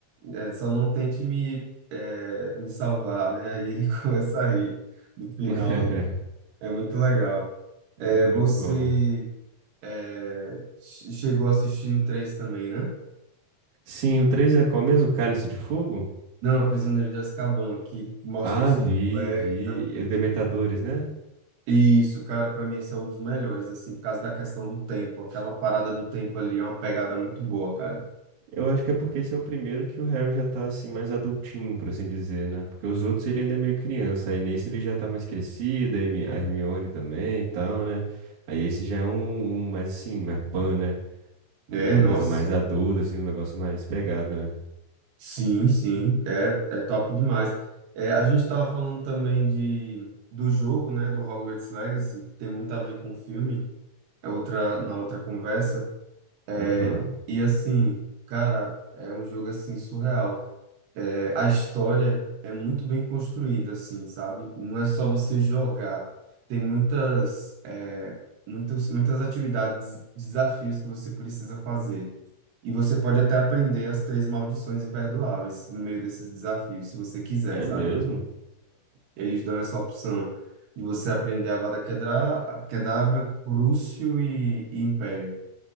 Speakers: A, on the right (about 70°); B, on the right (about 45°).
A: é, só não tente me, é, me salvar, né? Aí ele <laughs> começa a rir no final.
B: <laughs>
A: É muito legal. É,
B: É muito
A: você
B: bom.
A: é, che- chegou a assistir o 3 também, né?
B: Sim, o 3 é qual mesmo? Cálice de Fogo?
A: Não, é o Prisioneiro de Azkaban, que mostra
B: Ah,
A: o Sirius
B: vi,
A: Black.
B: vi. E Os Dementadores, né?
A: Isso, cara, pra mim esse é um dos melhores, assim, por causa da questão do tempo. Aquela parada do tempo ali é uma pegada muito boa, cara.
B: Eu acho que é porque esse é o primeiro que o Harry já tá assim mais adultinho, por assim dizer, né? Porque os outros ele ainda é meio criança, aí nesse ele já tá mais crescido, a Hermi- a Hermione também e tal, né? Aí esse já é um, um mais assim, mais pan, né? Uma
A: É, nossa.
B: coisa mais adulta, assim, um negócio mais pegado, né?
A: Sim, sim, é, é top demais. É, a gente estava falando também de, do jogo, né, do Hogwarts Legacy, tem muito a ver com o filme, é outra, na outra conversa.
B: Aham,
A: É, E assim, cara, é um jogo assim surreal. É, a história é muito bem construída, assim, sabe? Não é só você jogar. Tem muitas, é, muitas, muitas atividades, desafios que você precisa fazer. E você pode até aprender as três maldições imperdoáveis no meio desses desafios, se você quiser,
B: É
A: sabe?
B: mesmo?
A: Eles dão essa opção de você aprender a Avada Kedra- Kedavra, Crucio e, e Império.